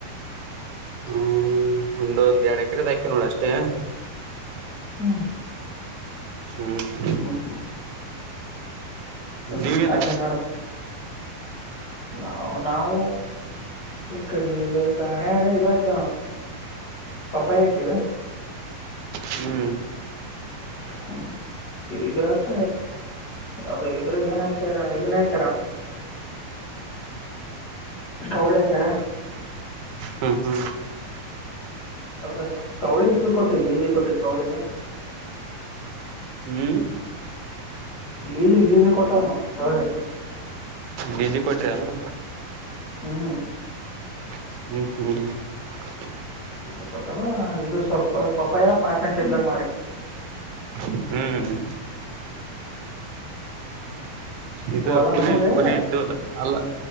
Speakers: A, on the right; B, on the left.
A: ಹ್ಮ್ ಒಂದೊಂದ್ ಎರಡ್ ಎಕರೆದ ಹಾಕಿ ನೋಡ ಅಷ್ಟೇ
B: ಹ್ಮ
A: ಹ್ಮ್
B: ಹ್ಮ ಹ್ಮ ಹ
A: ನೀವೇನ
B: ಅದನ್ಡ ನಾ ನಾವು ಈ ಕಡೆ ಹಣೆಾಗ ಇಾಕ ಪಪ್ಪಾಯಿ ಹಾಕಿವ
A: ಹ್ಮ್
B: ಹ್ಮ ಹ ಇ ಇದ್ರಕ ಅದು ಇದ್ರಾಗ ಏನ್ ಹಾಕ್ಯರ ಇದನ್ನೇ ಹಾಕಿರೋಣ ಕವಳ ಆತರ
A: ಹ್ಮ್ ಹ್ಮ್
B: ಹೌದ ಕವಳಿದು ಕೊಟ್ಟುಲ್ಲ ಈಜ ಕೊಟ್ಟ ಕೌಳಿಗೆ
A: ಹ್ಮ್
B: ಲೀಸ ಲೀಸು ಕೊಟ್ಟ ಕಳಿ
A: ಬಜ ಕೊಟ್ರನು
B: ಹ್ಮ್
A: <unintelligible>
B: ಇ ಕೊಟ್ಟದ ಇದು ಸ್ವಲ್ಪ ಪಪಾಯ ಪಾರ್ಟ್ನರ್ಶಿಪ್ದಗ ಮಾಡಿನ್.
A: ಹ್ಮ್ ಇದು
B: ಹೊಲ
A: ಕುರಿ
B: ನಮ್ಮದೇ
A: ಕುರಿ ಇದ್ದು ಅಲ್ಲ